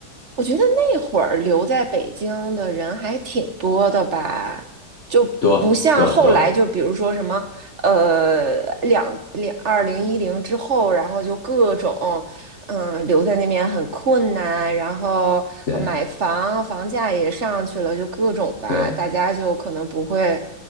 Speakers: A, on the right (about 45°); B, on the left (about 45°).
A: 我觉得那会儿留在北京的人还挺多的吧，就不像后来，
B: 多多多，
A: 就比如说什么，呃，两两二零一零之后，然后就各种，嗯，留在那边很困难，然后呃买房，
B: 是，
A: 房价也上去了，就各种吧，
B: 对，
A: 大家就可能不会，